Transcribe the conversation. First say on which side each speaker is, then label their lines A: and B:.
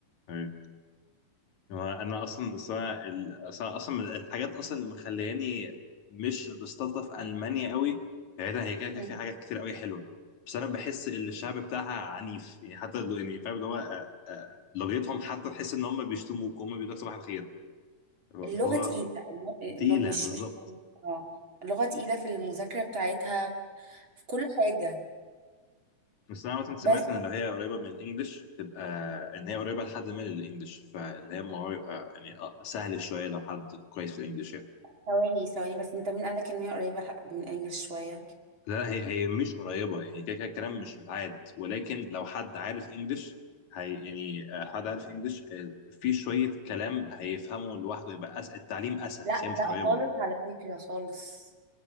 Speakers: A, on the left (about 70°); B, on the right (about 40°).
A: ايوه هو انا اصلا اصلا ال- اصلا أصلاً من الحاجات اصلا اللي مخلياني مش بستلطف المانيا قوي بعيدا هي كده كده
B: مم.
A: في حاجات كتير قوي حلوه بس انا بحس ان الشعب بتاعها عنيف يعني حتى لو- يعني فاهم اللي هو آه، آه، لغتهم حتى تحس ان هم بيشتموك وهم بيقولوا لك صباح الخير
B: اللغه
A: فهو
B: تقيله اللغة اللغة
A: تقيله
B: مش
A: بالظبط
B: مش اه اللغه تقيله في المذاكره بتاعتها في كل حاجه
A: بس انا مثلا سمعت
B: بس
A: ان اللي هي قريبه من الانجليش بتبقى ان هي قريبه لحد ما للانجليش فاللي هي الموضوع يبقى يعني أه سهل شويه لو حد كويس في الانجليش يعني
B: ثواني ثواني بس انت مين قالك ان هي قريبه من انجلش شويه
A: لا هي هي مش قريبه يعني كده كده الكلام مش متعاد ولكن لو حد عارف انجليش هي يعني آه، حد عارف انجليش آه، في شويه كلام هيفهمه لوحده يبقى أسهل التعليم اسهل
B: لا
A: بس هي مش
B: لا
A: قريبه
B: خالص على فكره خالص